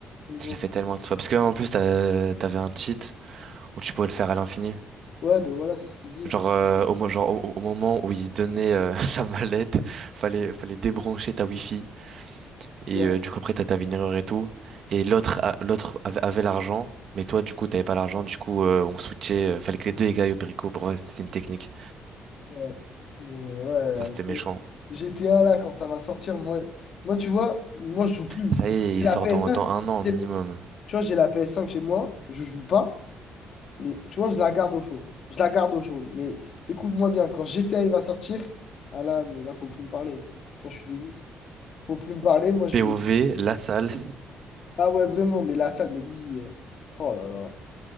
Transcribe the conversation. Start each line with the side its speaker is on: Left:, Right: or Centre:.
Left: Mais
Right: Je
Left: genre,
Right: l'ai fait tellement de fois. Parce que en plus, t'as- t'avais un cheat où tu pouvais le faire à l'infini.
Left: Ouais, ben voilà, c'est ce qu'ils faisaient.
Right: Genre, euh, au, mo- genre au, au moment où ils donnaient euh, <laughs> la mallette, fallait, fallait débrancher ta Wi-Fi. Et
Left: Ouais,
Right: euh, du coup, après, t'as ta erreur et tout. Et l'autre a- l'autre avait, avait l'argent. Mais toi, du coup, t'avais pas l'argent. Du coup, euh, on switchait. euh, fallait que les deux écailles au Perico. Pour vrai, c'était une technique.
Left: ouais. Mais ouais.
Right: Ça, c'était méchant.
Left: GTA, là, quand ça va sortir, moi, moi tu vois, moi, je joue plus.
Right: Ça y est,
Left: J'ai
Right: il
Left: la
Right: sort
Left: PS5.
Right: dans, dans un an
Left: J'ai-
Right: minimum.
Left: Tu vois, j'ai la PS5 chez moi, je joue pas, mais tu vois, je la garde au chaud. Je la garde au chaud. Mais écoute-moi bien, quand GTA il va sortir, ah là, mais là, faut plus me parler. Moi, je suis désolé. Faut plus me parler, moi, je
Right: POV,
Left: vais.
Right: la salle.
Left: Ah ouais, vraiment, mais là, ça, mais lui. euh, Oh là là.